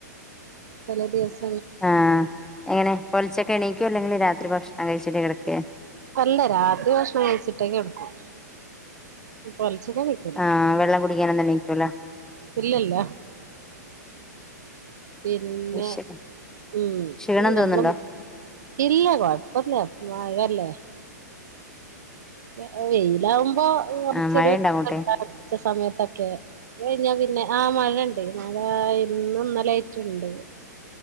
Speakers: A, on the right; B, in the centre.
A: ചെല ദിവസ്
B: ആഹ് എങ്ങനെ? പൊലിച്ചക്ക് എണീക്കോ അല്ലെങ്കി രാത്രി ഭക്ഷണം കഴിച്ചിട്ട് കിടക്കേ?
A: അല്ല രാത്രി ഭക്ഷണം കഴിച്ചിട്ടേ കെടക്കും നിപൊലച്ച ചിടാൻ വൈക്കൂല്ല
B: ആഹ് വെള്ളം കുടിക്കാനൊന്നും എണീക്കൂല
A: ഇല്ലല്ല. പിന്നെ
B: അത് ശരി
A: ഉം
B: ക്ഷീണം
A: അ്
B: തോന്നുന്നുണ്ടോ
A: നമ്മളൊന്ന് ഇല്ല കൊഴപ്പല്ല മഴല്ലേ. അ വെയിലാവുമ്പോ കുറച്ചൊരുച്ച
B: ആ മഴയുണ്ടോ അങ്ങോട്ട്
A: സമയത്തൊക്കെ തഴിഞ്ഞാ പിന്നെ ആ മഴണ്ടേ മഴാ ഇന്നും ഇന്നലായ്റ്റുണ്ട്.